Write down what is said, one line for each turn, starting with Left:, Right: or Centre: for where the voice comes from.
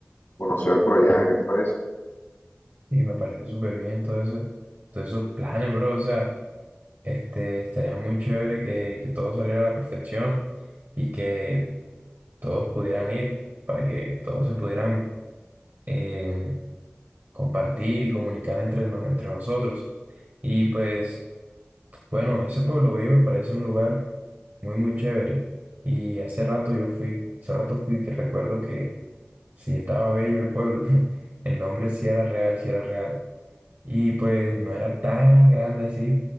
Left: conocer por allá, ¿qué te parece?
Right: Y me parece súper bien todo eso, todos esos planes, bro. O sea... Este, estaría muy chévere que, que todo saliera a la perfección y que todos pudieran ir para que todos se pudieran eh, compartir y comunicar entre, nos- entre nosotros. Y pues, bueno, ese Pueblo Bello me parece un lugar muy, muy chévere. Y hace rato yo fui, hace rato fui que recuerdo que sí estaba bello el pueblo. <laughs> El nombre sí era real, sí era real. Y pues no era tan grande así,